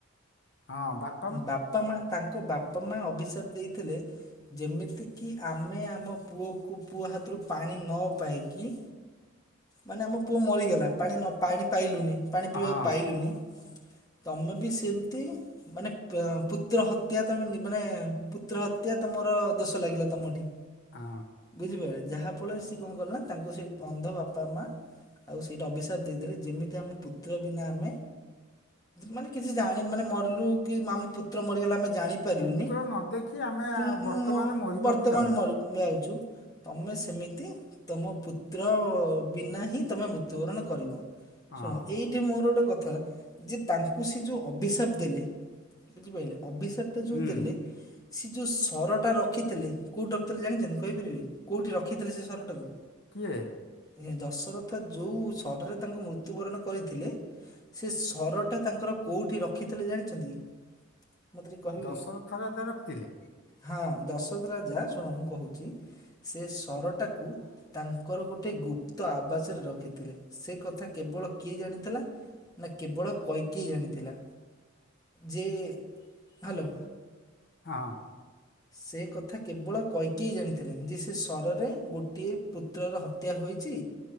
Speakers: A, on the left; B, on the left.
A: ହଁ ବାପ୍
B: ବାପା ମା ତାଙ୍କ ବାପା ମା ଅଭିଶାପ ଦେଇଥିଲେ। ଯେମିତିକି ଆମେ ଆମ ପୁଅକୁ ପୁଅ ହାତରୁ ପାଣି ନ ପାଇକି ମାନେ ଆମ ପୁଅ ମରିଗଲା ପାଣି ନ ପାଣି ପାଇଲୁନି ପାଣି ପିଇବାକୁ
A: ହଁ
B: ପାଇଲୁନି। ତମେ ବି ସେମିତି ମାନେ ପୁତ୍ର ହତ୍ୟା ତମେ ମାନେ ପୁତ୍ର ହତ୍ୟା ତମର ଦୋଷ ଲାଗିଲା ତମଠି
A: ହଁ।
B: ବୁଝିପାରିଲେ ଯାହା ଫଳରେ ସେ କଣ କଲେ ନା ତାଙ୍କୁ ସେ ଅନ୍ଧ ବାପ୍ ବାପା ମା ଆଉ ସେଇଟା ଅଭିଶାପ ଦେଇଥିଲେ ଯେମିତି ଆମ ପୁତ୍ର ବିନା ଆମେ ମାନେ କିଛି ଜାଣି ମାନେ ମରିଲୁ କି ଆମ ପୁତ୍ର ମରିଗଲା ଆମେ ଜାଣି ପାରିଲୁନି
A: ପୁତ୍ର ନ ଦେଖି ଆମେ
B: କି
A: ଆ-
B: କି
A: ବର୍ତ୍ତମାନ
B: ମୁଁ
A: ମରିବାକୁ
B: ବର୍ତ୍ତମାନ
A: ଯାଉଛୁ
B: ମ ଯାଉଛୁ ତମେ ସେମିତି ତମ ପୁତ୍ର ବିନା ହିଁ ତମେ ମୃତ୍ୟୁବରଣ କରିବ।
A: ହଁ
B: ଶୁଣ ଏଇ ସେଠି ମୋର ଗୋଟେ କଥା ଯେ ତାଙ୍କୁ ସେ ଯୋଉ ଅଭିଶାପ ଦେଲେ ବୁଝିପାଇଲେ ଅଭିଶାପ ଟା ଯୋଉ
A: ହୁଁ
B: ଦେଲେ ସେ ଯେଉଁ ସରଟା ରଖିଥିଲେ କଉଠି ରଖିଥିଲେ ଜାଣିଛନ୍ତି କହିପାରିବେ କଉଠି ରଖିଥିଲେ ସେ ସରଟାକୁ
A: କିଏ?
B: ଏ ଦଶରଥ ଯୋଉ ସରରେ ତାଙ୍କୁ ମୃତ୍ୟୁବରଣ କରିଥିଲେ ସେ ସରଟା ତାଙ୍କର କଉଠି ରଖିଥିଲେ ଜାଣିଛନ୍ତି କି? ମତେ ଟିକେ କହିବେ
A: ଦଶରଥ ରାଜା ରଖିଥିଲେ
B: ହଁ ଦଶଥ ରାଜା ଶୁଣ ମୁଁ କହୁଛି ସେ ସରଟାକୁ ତାଙ୍କର ଗୋଟଏ ଗୁପ୍ ପ୍ତ ଆବାସରେ ରଖିଥିଲେ ସେ କଥା କେବଳ କିଏ ଜାଣିଥିଲା ନା କେବଳ କୈକେୟୀ ଜାଣିଥିଲା ଯେ ହ୍ୟାଲୋ
A: ହଁ
B: ସେ କଥା କେବଳ କୈକେୟୀ ଜାଣିଥିଲେ ଯେ ସେ ସରରେ ଗୋଟିଏ ପୁତ୍ରର ହତ୍ୟା ହତ୍ୟା ହୋଇଛି